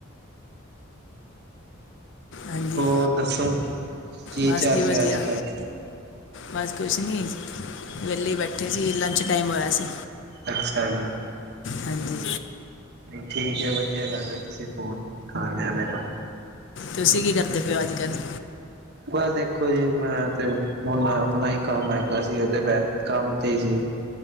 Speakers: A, on the left; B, on the right.
A: ਹਾਂਜੀ
B: ਹੋਰ ਦੱਸੋ? ਕੀ
A: ਬਸ
B: ਚੱਲ
A: ਜੀ ਵਧੀਆ।
B: ਰਿਹਾ ਅੱਜ ਕੱਲ
A: ਬਸ ਕੁਛ ਨਹੀਂ ਵਿਹਲੇ ਈ ਬੈਠੇ ਸੀ ਲੰਚ ਟਾਈਮ ਹੋਇਆ ਸੀ।
B: ਅੱਛਾ ਜੀ।
A: ਹਾਂਜੀ
B: ਠੀਕ ਐ ਵਧੀਆ ਗੱਲ ਐ ਤੁਸੀਂ ਫੋਨ ਲਾ ਲਿਆ ਮੇਰਾ।
A: ਤੁਸੀਂ ਕੀ ਕਰਦੇ ਪਏਓ ਅੱਜ ਕੱਲ੍ਹ?
B: ਪਰ ਦੇਖੋ ਜੀ ਮੈਂ ਤੇ ਹੁਣ ਆਪਣਾ ਈ ਕੰਮ ਹੈਗਾ ਸੀ ਉਹਦੇ ਕੰਮ ਤੇ ਹੀ